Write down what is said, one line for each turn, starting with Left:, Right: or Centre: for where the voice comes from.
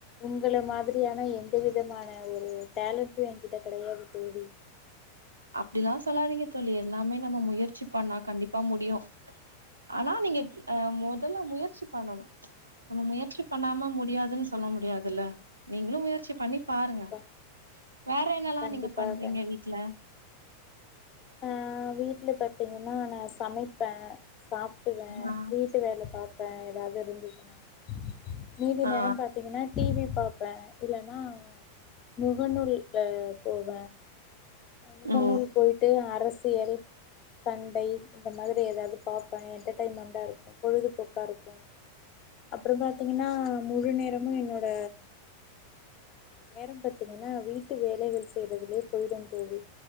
Left: உங்கள மாதிரியான எந்த விதமான ஒரு டேலண்ட்டு எங்கிட்ட கெடையாது தோழி
Right: அப்டிலா சொல்லாதீங்க தோழி எல்லாமே நம்ம முயற்சி பண்ணா கண்டிப்பா முடியு ஆனா நீங்க அ மொதல்ல முயற்சிப் பண்ணணு நம்ம முயற்சி பண்ணாம முடியாதுன் சொல்ல முடியாதுல்ல நீங்களு முயற் ச்சி பண்ணி
Left: கண்டிப்பாக
Right: பாருங்க வேற என்னல்லா
Left: கண்டிப்பாக
Right: நீங்க பண்றீங்க
Left: கண்டிப்பாக
Right: வீட்ல
Left: ஆ வீட்ல பாத்தீங்கன்னா நா சமைப்ப சாப்டுவ
Right: ஆ
Left: வீட்டு வேல பாப்பே ஏதாது இருந்துதுனா மீதி
Right: ஆ
Left: நேரம் பாத்தீங்கன்னா டிவி பாப்ப இல்லன்னா முகநூல் அ போவ முகநூல்
Right: ஓ
Left: போயிட்டு அரசியல் சண்டை இந்த மாதிரி எதாது பாப்ப என்டர்டெயின்மெண்டா இருக்கு பொழுதுபோக்கா இருக்கு அப்புற பாத்தீங்கன்னா முழு நேரமு என்னோட நேரம் பாத்தீங்கன்னா வீட்டு வேலைகள் செய்யறதுலயே போயிடு தோழி